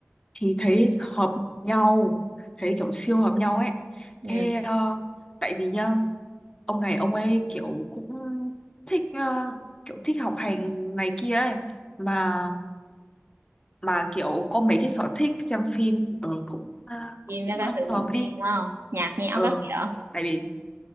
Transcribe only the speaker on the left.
thì thấy hợp nhau thấy kiểu siêu hợp nhau ấy
thế ờ, tại vì nhá ông này ông ấy kiểu cũng thích ờ, kiểu thích học hành này kia ấy mà mà kiểu có mấy cái sở thích xem phim ở cũng, ờ, cũng
cũng
hợp
đi
ờ
tại vì